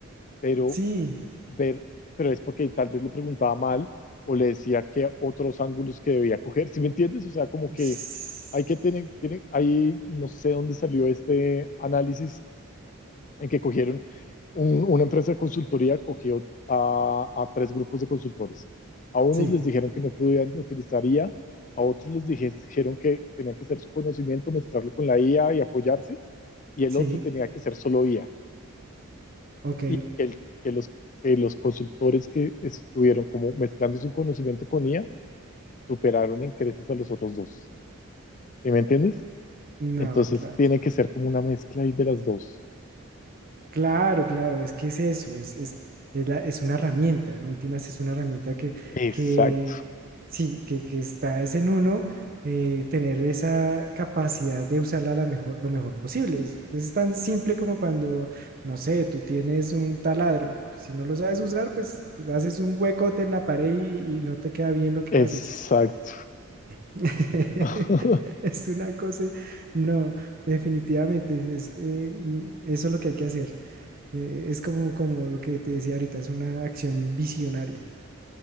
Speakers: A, on the left; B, on the right.
A: pero
B: Sí.
A: ver, pero es porque tal vez le preguntaba mal o le decía que otros ángulos que debía coger, ¿sí me entiendes? O sea, como que
B: s-
A: hay que tener, tiene, ahí no sé dónde salió este análisis en que cogieron un- una empresa de consultoría, cogió a, a tres grupos de consultores. A unos
B: Sí,
A: les dijeron que no podían utilizar IA, a a otros les dije- dijeron que tenía que ser su conocimiento, mezclarlo con la IA y apoyarse, y el
B: sí.
A: otro tenía que ser solo IA
B: Ok.
A: y que, el- que los, que los consultores que estuvieron como mezclando su conocimiento con IA superaron en creces a los otros dos. ¿Sí me entiendes?
B: No,
A: Entonces
B: claro.
A: tiene que ser como una mezcla ahí de las dos.
B: Claro, claro. Es que es eso. Es, es, es, la- es una herramienta. En últimas es una herramienta que,
A: Exacto,
B: que sí, que, que está es en uno eh, tener esa capacidad de usarla la mejor, lo mejor posible. Es, pues, es tan simple como cuando, no sé, tú tienes un taladro. Si no lo sabes usar, pues haces un huecote en la pared y, y no te queda bien lo que
A: exacto.
B: haces. <laughs>
A: <laughs>
B: Es una cosa, no, definitivamente, es, eh, mm, eso es lo que hay que hacer. Eh, es como, como lo que te decía ahorita, es una acción visionaria.